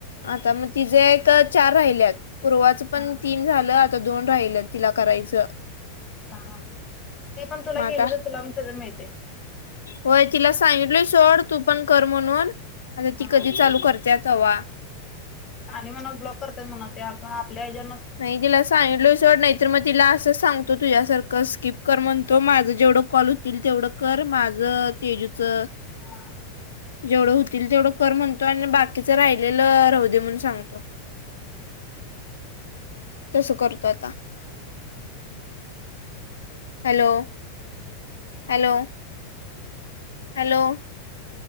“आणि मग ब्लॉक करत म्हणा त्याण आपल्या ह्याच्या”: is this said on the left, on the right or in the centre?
Left